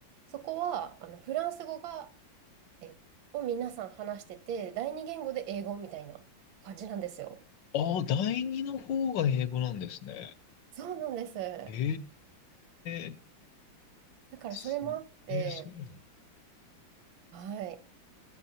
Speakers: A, on the right; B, on the left.
A: そこはあのフランス語が、え、を皆さん話してて、第二言語で英語みたいな感じなんですよ。
B: ああ、第二の方が英語なんですね。
A: そうなんです。
B: ええー、
A: だからそれもあって、
B: す、えーそうなんだ。
A: はい。